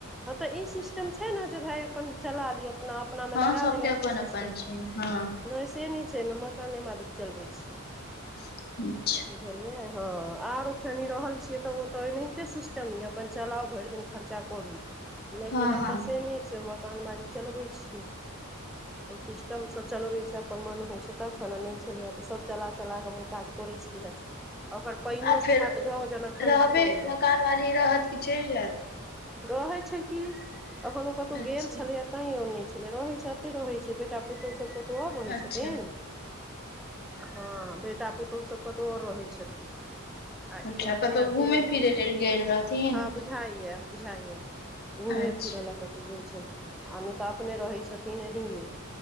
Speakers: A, in the centre; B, on the left (about 45°).
A: हँ तऽ ई सिस्टम छै ने जे भााय अपन चला ली अपना अपनामे
B: हँ
A: लगा
B: सबके
A: देने
B: अपन
A: छै सिस्टम
B: अपन छै हँ
A: नहि से नहि छै एहिमे मकाने मालिक चलबै छै,
B: <unintelligible>
A: बुझलियिया हँ आरठनि रहल छियै तऽ ओ तऽ एनाहिते सिस्टम यऽ अपन चलाउ भरि दिन खर्चा करू लेकिन
B: हँ
A: एतय
B: हँ
A: से नहि छै ओ मकान मार चलबै छै, तऽ सिस्टमसँ चलबै छै अपन मन होइ छै तख खना नहि छलैएा तऽ सभ चला चला कऽ अपन काज करैत छै, <unintelligible> ओकर पाननोो
B: आ फेर
A: हयत गाँव जेना ठं्डा
B: रहबै
A: कल जा
B: मकान वाली रहत कि चलि जायत
A: रहै छै कि, एखन ओ कतहु
B: अच्छा
A: गेल छलैया तां आऔर नहि छले रहै छै एते रहै छै बे बेटा पुतहु सब कतउ आओर रहै
B: अच्छा
A: छथिन हँ बेटा पुतहु सब कतौ आओर रहै छथिन
B: अच्छा
A: ई अपने
B: कतहु
A: अकेले
B: घुमै फिरै लेल गेल रहथिन
A: हँ बुझाइया बुझाइया घूमे
B: अच्छा
A: फिरे लऽ कतौ गेल छलन आ नहि तऽ अपने रहै छथिन एहि मे